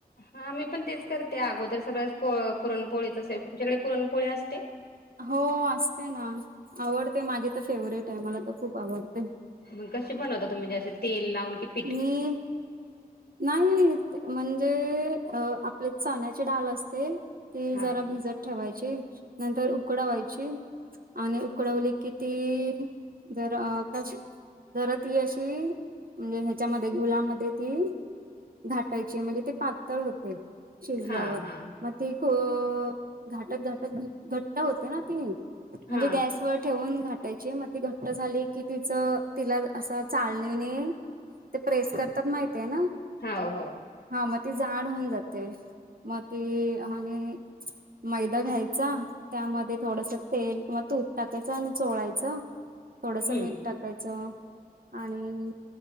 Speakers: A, on the left (about 85°); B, on the right (about 65°).
A: हा मी पण तेच करते अगोदर सगळ्याो पुरणपोळीचे तुमच्याकडे पुरणपोळी असते
B: हो असते ना आवडते माझी तर फेवरेट आहे मला तर खूप आवडते
A: मग कसे बनवता तुम्ही जसे तेल लावून कि पीठ?
B: मी नाही म्हणजे अ आपले चण्याची डाल असते ते
A: हा
B: जरा भिजत ठेवायचे नंतर उकडावायचे आणि उकडवली की ती जरा का जरा ती अशी म्हणजे ह्याच्यामध्ये गुलामध्ये ती घाटायची म्हणजे ते पातळ होते शिजल्यावर
A: हा हा
B: म त ख घाटक घाटत घ घट्ट होते ना ती
A: हा
B: म्हणजे गॅस ववर ठेवून घ घायची मग ती घट्ट झाली की तिचं तिला अस चालणी नाही ते प्रेस करतात माहिित आहे ना
A: हो हो
B: हा मग ती झाड होऊन जाते मग ती आणि मैदा घ्यायचा त्यामध्ये थोडस तेल किंवा तूप टाकायचं आणि चोळायचं थोडस
A: हम्म
B: मीठ टाकायचं आणि